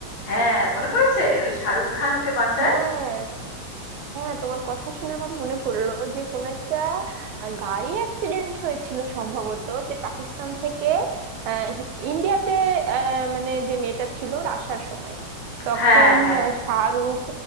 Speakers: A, on the left; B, on the right.
A: হ্যাঁ মনে পড়েছে ওই শাহরুখ খান ওকে বাঁচায়
B: হ্যাঁ হ্যাঁ তোমার কথা শুনে আমার মনে পড়লো যে কোনো একটা আহ, গাড়ি অ্যাক্সিডেন্ট হয়েছিল সম্ভবত যে পাকিস্তান থেকে আহ, ইন্ডিয়াতে আহ, মানে যে মেয়েটা ছিল ওর আসার সময় তখন
A: হ্যাঁ হ্যাঁ
B: আহ, শাহরুখ